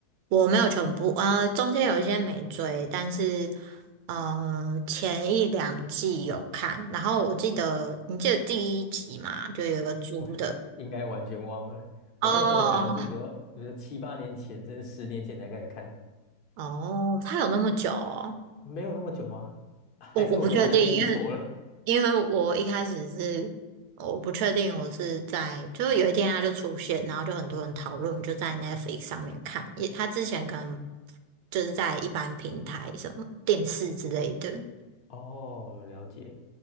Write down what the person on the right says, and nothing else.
我没有全部，呃，中间有一些没追，但是呃，前一两季有看，然后我记得你记得第一集嘛，就有一个猪的，
哦
哦，他有那么久哦，
我我不确定，因为因为我一开始是我不确定我是在，就是有一天他就出现，然后就很多人讨论，就在 Netflix 上面看，也他之前可能就是在一般平台什么电视之类的。